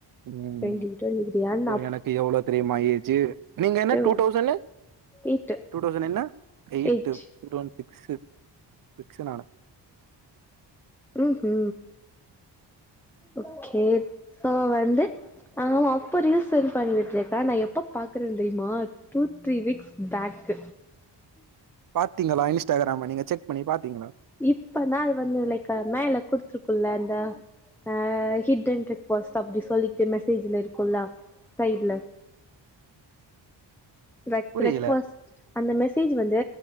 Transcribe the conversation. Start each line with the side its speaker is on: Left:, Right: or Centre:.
Right: ம்
Centre: டுவெண்ட்டி டுவெண்ட்டி த்ரீயா
Right: இப்போ
Centre: நா
Right: எனக்கு எவ்வளோ தெரியுமா ஏஜு நீங்க
Centre: அப்பவே
Right: என்ன டூ டௌசனு
Centre: எய்ட்டு
Right: டூ தௌசண்ட் என்ன eight
Centre: eight
Right: two thousand six சிக்ஸ்னான
Centre: ம்ஹூ ஓகே சோ வந்து அவ அப்ப ரீல் செண்ட் பண்ணிகிட்டு இருக்கா நான் எப்ப பாக்குற தெரிமா டூ த்ரீ வீக்ஸ் பேக்
Right: பாத்தீங்களா இன்ஸ்டாகிராம நீங்க செக் பண்ணி பாத்தீங்களா
Centre: இப்பதா அது வந்து லைக் மேல குடுத்துருக்கும்ல அந்த ஆ ஹிட் அண்ட் ரிக்வொஸ்ட் அப்படி சொல்லிக்கிட்டு மெசேஜ்ல இருக்கும்ல சைட்ல ரெக்
Right: புரியல
Centre: ரெக்வஸ்ட் அந்த மெசேஜ் வந்து